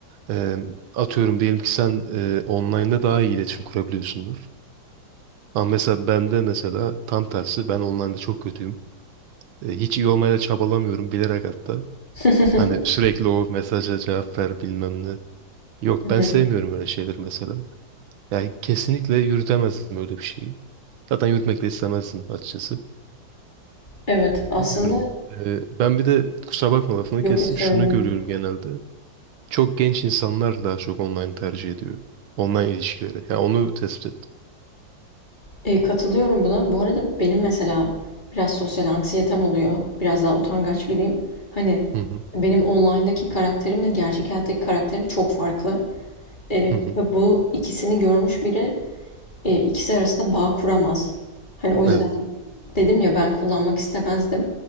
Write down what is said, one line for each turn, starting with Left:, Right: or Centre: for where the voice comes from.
Right: e, atıyorum diyelim ki sen e, online'da daha iyi iletişim kurabiliyorsundur. Ama mesela bende mesela tam tersi ben online'da çok kötüyüm. E, hiç iyi olmaya da çabalamıyorum bilerek hatta.
Left: <laughs>
Right: Hani sürekli o mesaja cevap ver bilmem ne. Yok
Left: Hı
Right: ben
Left: hı.
Right: sevmiyorum öyle şeyleri mesela. Yani kesinlikle yürütemezdim öyle bir şeyi. Zaten yürütmek de istemezdim açıkçası.
Left: Evet, aslında
Right: Bilmiyorum. Ee, ben bir de kusura bakma lafını
Left: yok
Right: kestim.
Left: yok sorun
Right: Şunu
Left: değil.
Right: görüyorum genelde. Çok genç insanlar daha çok online tercih ediyor. Online ilişkileri. Yani onu tespit ettim.
Left: E, katılıyorum buna. Bu arada benim mesela biraz sosyal anksiyetem oluyor. Biraz daha utangaç biriyim. Hani
Right: Hı hı.
Left: benim online'daki karakterimle gerçek hayattaki karakterim çok farklı. E,
Right: Hı hı.
Left: ve bu ikisini görmüş biri e, ikisi arasında bağ kuramaz. Hani o yüzden
Right: Evet.
Left: dedim ya ben kullanmak istemezdim.